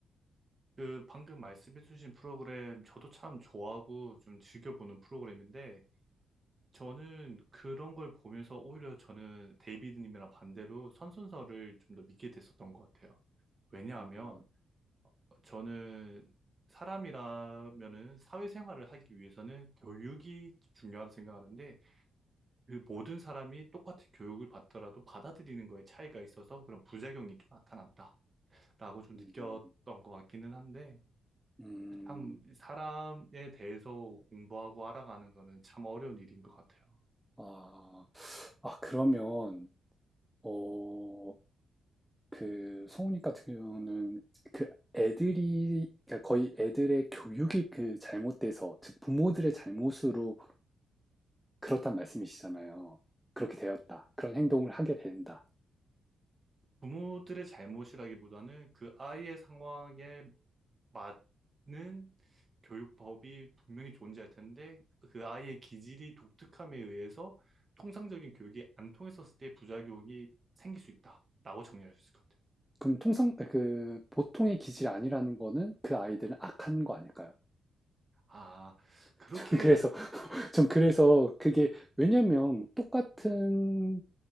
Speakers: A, on the right; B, in the centre.
A: 그 방금 말씀해주신 프로그램 저도 참 좋아하고 좀 즐겨보는 프로그램인데 저는 그런 걸 보면서 오히려 저는 데이비드님이랑 반대로 선순서를 좀 더 믿게 됐었던 것 같아요. 왜냐하면
B: 음,
A: 저는 사람이라면은 사회생활을 하기 위해서는 교육이 중요하다고 생각하는데 그 모든 사람이 똑같이 교육을 받더라도 받아들이는 거에 차이가 있어서 그런 부작용이 좀 나타난다라고 좀
B: 음,
A: 느꼈던 것 같기는 한데
B: 음,
A: 참 사람에 대해서 공부하고 알아가는 거는 참 어려운 일인 것 같아요.
B: 아, 아, 그러면, 어, 그, 성우님 같은 경우는 그 애들이, 그러니까 거의 애들의 교육이 그 잘못돼서, 즉, 부모들의 잘못으로 그렇단 말씀이시잖아요. 그렇게 되었다. 그런 행동을 하게 된다.
A: 부모들의 잘못이라기보다는 그 아이의 상황에 맞는 교육법이 분명히 존재할 텐데 그 아이의 기질이 독특함에 의해서 통상적인 교육이 안 통했었을 때 부작용이 생길 수 있다라고 정리할 수 있을 것 같아요.
B: 그럼 통상, 그, 보통의 기질이 아니라는 거는 그 아이들은 악한 거 아닐까요?
A: 아, 그렇게,
B: <laughs> 저는 그래서 전 그래서 그게 왜냐면 똑같은